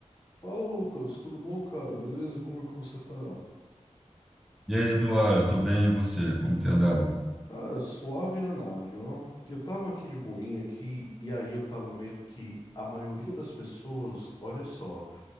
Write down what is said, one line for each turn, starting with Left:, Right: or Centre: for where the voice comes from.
Left: Fala, Lucas, tudo bom, cara? Beleza? Como é que você tá?
Centre: E aí, Eduardo, tô bem, e você? Como tem andado?
Left: Cara, suave na nave, ó. Eu tava aqui de boinha aqui e aí eu tava vendo que a maioria das pessoas, olha só,